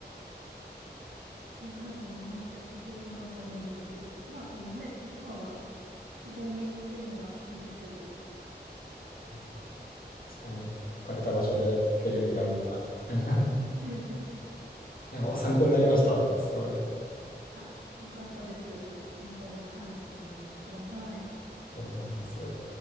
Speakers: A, on the right; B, on the left.
A: 全はい、あの、うまくやっていけるかなと思うんですけど、まあ、あのね、一番は希望につけるのがいいですけど。
B: うですね確かに置かれた場所で避けるように頑張ります。<laughs>
A: <laughs>
B: いや、参考になりました。すごい。ありが
A: あ、よかったです。なんかあれば、はい、いつでも聞いてください。
B: とうございます。